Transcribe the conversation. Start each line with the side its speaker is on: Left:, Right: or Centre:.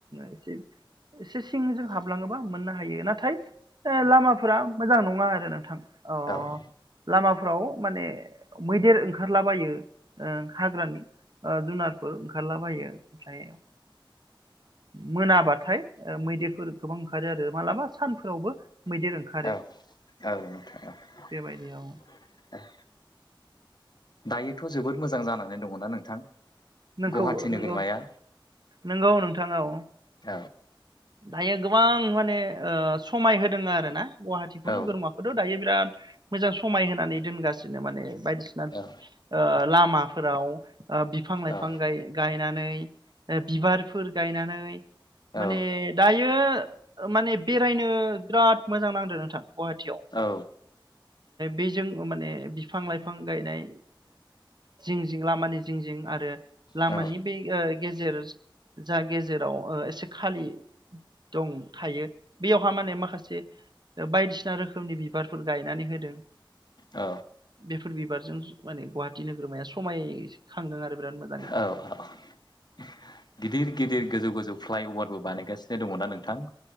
Right: एसे एसे सिं जों हाबलाङोबा मोननो हायो नाथाय लामाफोरा मोजां नङा आरो नोंथां अ
Left: औ
Right: लामाफ्राव माने मैदेर ओंखारलाबायो हाग्रानि जुनारफोर ओंखारलाबायो ओमफ्राय मोनाबाथाय मैदेरफोर गोबां ओंखारो आरो मालाबा सानफोरावबो
Left: औ
Right: मैदेर ओंखारो
Left: औ।
Right: बेबायदियाव
Left: दायोथ' जोबोद मोजां जानानै दङना नोंथां।
Right: नोंखौ
Left: गुवाहाटि नोगोरमाया
Right: नोंगौ नोंगौ नोंथां औ
Left: औ
Right: दायो गोबां माने ओ समाय होदों आरो ना गुवाहाटिखौनोगोरमाखथ
Left: औ
Right: दायो बिराद मोजां समाय होनानै दोनगासिनो माने बायदिसिना
Left: औ
Right: ओ लामा फोराव ओ बिफां लाइफां
Left: औ
Right: <unintelligible> गायनानै दा बिबारफोर गायनानै
Left: औ
Right: माने दायो माने बेरायनो बिराद मोजां नांदो नोंथां गुवाहाटियाव
Left: औ
Right: बेजों माने बिफां लाइफां गायनाय जिं जिं लामानि जिं जिं आरो लामानि
Left: औ
Right: बे ओ गेजेर जा गेजेराव ओ एसे खालि दं थायो बेयावहा माने माखासे बायदिसिना रोखोमनि बिबारफोर गायनानै होदों
Left: औ
Right: बेफोर बिबार जों माने गुवाहाटि नोगोरमाया समाय खांदों आरो बिराद मोजाङै
Left: औ औ गिदिर गिदिर गोजौ गोजौ फ्लाइअभारबो बानायगासिनो दङ ना नोंथां